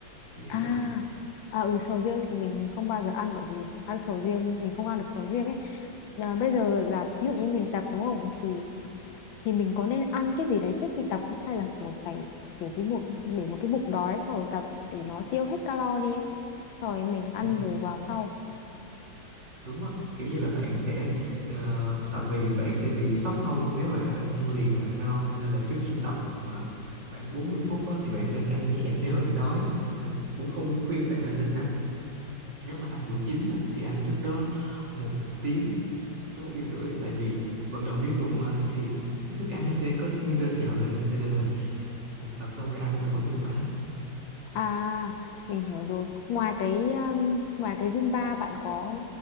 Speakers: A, on the right; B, on the left.
A: kiểu vậy
B: à
A: bạn
B: à, ừ sầu riêng thì mình không bao giờ ăn bởi vì ăn sầu riêng mình không ăn được sầu riêng ấy à, bây giờ là ví dụ như mình tập đúng không thì thì mình có nên ăn cái gì đấy trước khi tập không hay là kiểu phải để cái bụng để một cái bụng đói xong rồi tập để nó tiêu hết calo đi ấy xong rồi mình ăn
A: ừ,
B: bù vào sau
A: đúng á kiểu như là bạn sẽ ờ, tại vì bạn sẽ bị sốc hông nếu bạn ăn ăn liền và ăn no cho nên là trước khi tập mà khoảng 40 phút á, thì bạn nên ăn nhẹ nếu bạn đói mình cũng không khuyên bạn là nên ăn nếu mà ăn bữa chính á, thì ăn trước đó một tiếng tới một tiếng rưỡi tại vì vận động liên tục mà thì cái thức ăn nó sẽ có nguy cơ trào lên cho nên là ừ, tập xong rồi ăn là vẫn hiệu quả
B: À, mình hiểu rồi. Ngoài cái um, ngoài cái Zumba bạn có